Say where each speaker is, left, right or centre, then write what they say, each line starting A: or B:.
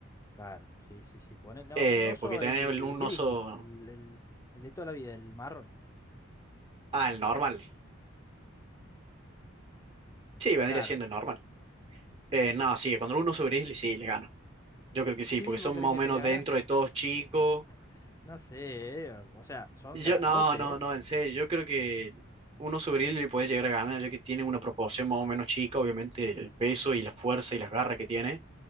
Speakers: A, on the left; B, on the right.
A: Claro, sí, sí, sí. Pone, no,
B: Eh,
A: un oso,
B: porque tener
A: el
B: el- un
A: grizzly,
B: oso.
A: el, el, el de toda la vida, el marrón.
B: Ah, el normal. Sí, vendría
A: Claro.
B: siendo el normal. Eh, no, sí, cuando un oso gris, sí, le gano. Yo creo que
A: Sí,
B: sí, porque son
A: ¿vos crees
B: más
A: que
B: o menos
A: le gana?
B: dentro de todos chicos.
A: <laughs> no sé, eh, o sea, son
B: Yo,
A: grandotes,
B: no, no,
A: eh.
B: no, en serio, yo creo que uno sobre él le puede llegar a ganar, ya que tiene una proporción más o menos chica, obviamente el peso y la fuerza y las garras que tiene,